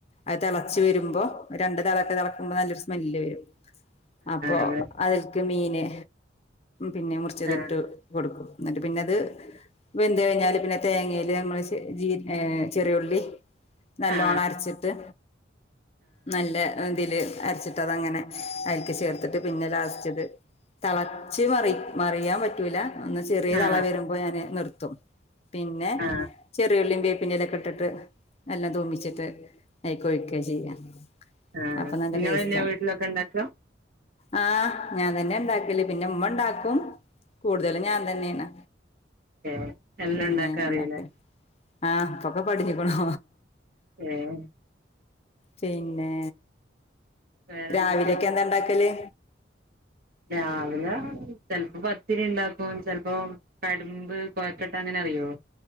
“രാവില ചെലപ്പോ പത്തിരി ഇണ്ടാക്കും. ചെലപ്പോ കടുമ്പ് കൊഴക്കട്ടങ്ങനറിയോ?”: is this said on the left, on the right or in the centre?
Right